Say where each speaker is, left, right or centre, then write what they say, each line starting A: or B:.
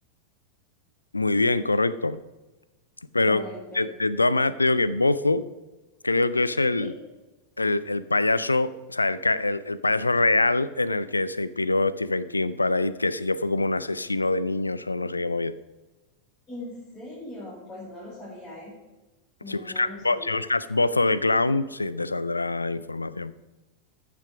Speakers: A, on the left; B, on the left.
A: Muy bien, correcto. Pero
B: Con el Penny.
A: de, de todas maneras te digo que Bozo creo que es el,
B: ¿Sí?
A: el, el payaso, o sea, el, ca- el- el payaso real en el que se inspiró Stephen King para It, que sí que fue como un asesino de niños o no sé qué movida.
B: ¿En serio? Pues no lo sabía, ¿eh? No
A: Si buscas,
B: lo sabía.
A: bo- si buscas Bozo de Clown, sí, te saldrá información.